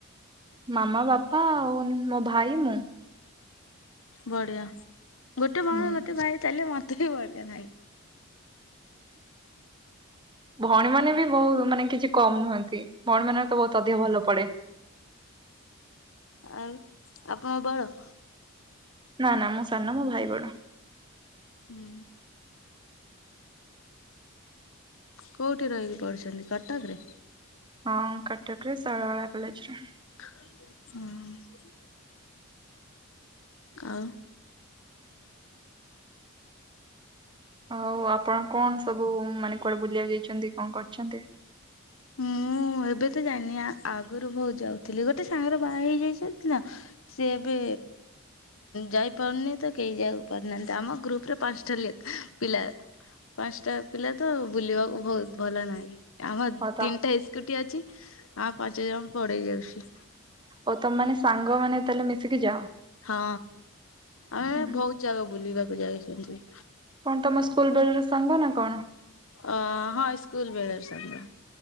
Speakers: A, on the right; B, on the left.
A: ମାମା ବାପା ଆଉ ମୋ ଭାଇ ମୁଁ।
B: ବଢିଆ ଗୋଟେ ଭଉଣି
A: ହୁଁ।
B: ଗୋଟେ ଭାଇ ଥିଲେ ମତେ ବି ବଢିଆ ଲାଗେ।
A: ଭଉଣୀ ମାନେ ବି ବହୁ ମାନେ କିଛି କମ୍ ନୁହନ୍ତି। ଭଉଣୀ ମାନ ତ ବହୁତ ଅଧିକ ଭଲ ପଡେ।
B: ଆଉ ଆପଣଙ୍କ ବଳ।
A: ନା ନା ମୁଁ ସାନ ମୋ ଭାଇ ବଡ।
B: ହୁଁ। କୋଉଠି ରହିକି ପଡୁଛନ୍ତି କଟକରେ?
A: ହଁ କଟକରେ ଶୈଳବାଳା କଲେଜରେ।
B: ହଁ। ଆଉ।
A: ହଉ ଆପଣ କଣ ସବୁ ମାନେ କୁଆଡେ ବୁଲିବାକୁ ଯାଇଛନ୍ତି କଣ କରିଛନ୍ତି?
B: ମୁଁ ଏବେ ତ ଯାଇନି ଆଗରୁ ବହୁତ ଯାଉ ଥିଲେ ଗୋଟେ ସାଙ୍ଗରେ ବାହା ହେଇଯାଇ ନା ସେ ଏବେ ଯାଇପାରୁନି ତ କେହି ଯାଇକୁ ପାରୁନାହାନ୍ତି ଆମ ଗ୍ରୁପରେ ପାଞ୍ଚଟା ପିଲା। ପାଞ୍ଚଟା ପିଲା ତ ବୁଲିବାକୁ ବହୁତ ଭଲ ନାହିଁ ଆମର
A: ହଁ ତ
B: ସ୍କୁଟି ଅଛି ଆଉ ପାଞ୍ଚ ଜଣ ଙ୍କୁ ପଢ଼େଇ ଯାଉଛି।
A: ଓ ତମ ମାନେ ସାଙ୍ଗ ମାନେ ତାହେଲେ ମିଶିକି ଯାଅ।
B: ହଁ ଆମେ
A: ହୁଁ
B: ବହୁତ ଜାଗା ବୁଲିବାକୁ ଯାଇଛନ୍ତି।
A: କଣ ତମ ସ୍କୁଲ ବେଳେର ସାଙ୍ଗ ନା କଣ?
B: ଅ ହଁ ସ୍କୁଲ ବେଳର ସାଙ୍ଗ।